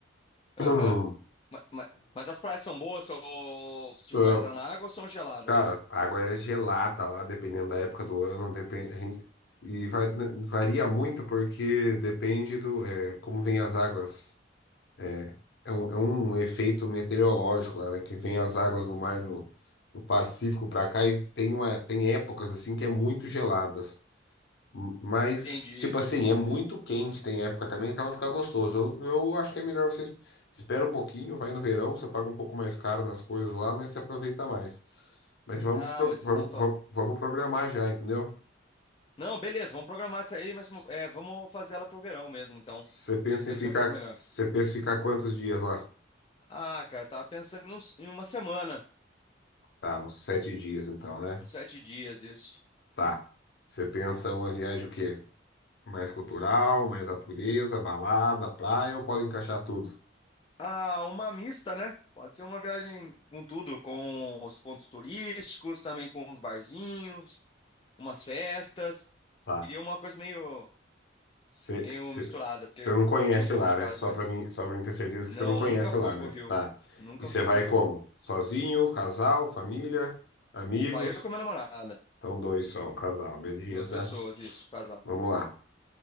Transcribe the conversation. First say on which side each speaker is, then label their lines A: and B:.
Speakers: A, on the left; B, on the left.
A: Aham.
B: <clears throat>
A: Ma- ma- Mas, as praias são boas, ou,
B: So,
A: tipo, pra entrar na água ou são geladas?
B: Cara, a água é gelada lá, dependendo da época do ano, depende, a gente, e vai- né, varia muito porque depende do, é, como vem as águas, é, é um, é um efeito meteorológico lá, né, que vem as águas do mar do, do Pacífico para cá e tem uma, tem épocas assim que é muito geladas. Mas,
A: Entendi.
B: tipo assim, é muito quente, tem época também, então vai ficar gostoso. Eu, eu acho que é melhor você espera um pouquinho, vai no verão, você paga um pouco mais caro nas coisas lá, mas você aproveita mais. Mas vamos,
A: Ah,
B: pro-
A: mas
B: vamos,
A: então tô.
B: vamos, vamos programar já, entendeu?
A: Não, beleza, vamos programar essa aí,
B: S-
A: mas é, vamos fazer ela pro verão mesmo, então.
B: Você pensa
A: Acredito que vai
B: em ficar,
A: ser um pouco melhor.
B: você pensa em ficar quantos dias lá?
A: Ah, cara, eu tava pensando em uns- em uma semana,
B: Tá, uns sete dias então, né?
A: uns sete dias, isso.
B: Tá. Você pensa uma viagem o quê? Mais cultural, mais natureza, balada, praia, ou pode encaixar tudo?
A: Ah, uma mista, né? Pode ser uma viagem com tudo, com os pontos turísticos, também com uns barzinhos, umas festas.
B: tá
A: Queria uma coisa meio,
B: Você
A: meio misturada, porque
B: não conhece
A: curti um pouco
B: lá,
A: de
B: né?
A: cada
B: Só
A: coisa.
B: pra mim, só pra mim ter certeza
A: Não,
B: que você não conhece
A: nunca fui
B: lá, né?
A: pro Rio.
B: Tá.
A: Nunca
B: E você
A: fui
B: vai
A: pro Rio.
B: como? Sozinho, casal, família, amigos?
A: Vai eu com a minha namorada.
B: Então, dois só, um casal, beleza?
A: Duas pessoas, isso, casal.
B: Vamos lá.